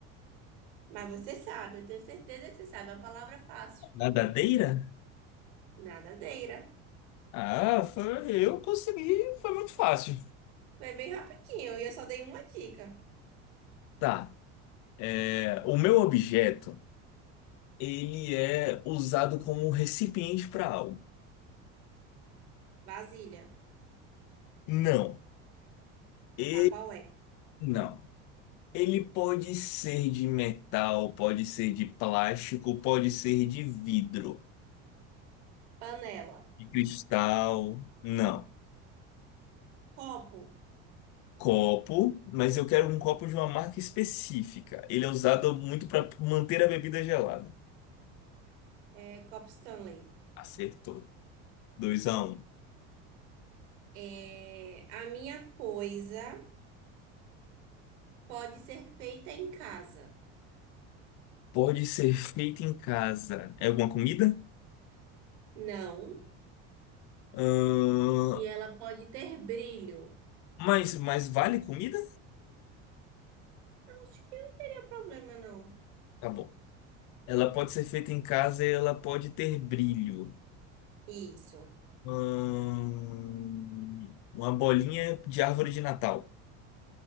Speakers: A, on the right; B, on the left.
A: Mas você sabe, eu tenho certeza que você sabe. É uma palavra fácil.
B: Nadadeira?
A: Nadadeira.
B: Ah, foi- eu consegui, foi muito fácil.
A: Foi bem rapidinho. E eu só dei uma dica.
B: Tá. É, o meu objeto, ele é usado como recipiente para algo.
A: Vasilha.
B: Não. E
A: Tapaué.
B: não. Ele pode ser de metal, pode ser de plástico, pode ser de vidro,
A: Panela.
B: de cristal. Não.
A: Copo.
B: copo, mas eu quero um copo de uma marca específica. Ele é usado muito para manter a bebida gelada.
A: É, copo Stanley.
B: Acertou. Dois a um.
A: É, a minha coisa. Pode ser feita em casa.
B: Pode ser feito em casa. É alguma comida?
A: Não.
B: Ahn,
A: E ela pode ter brilho.
B: mas, mas vale comida?
A: Acho que não teria problema, não.
B: Tá bom. Ela pode ser feita em casa e ela pode ter brilho.
A: Isso.
B: Ahn, uma bolinha de árvore de Natal.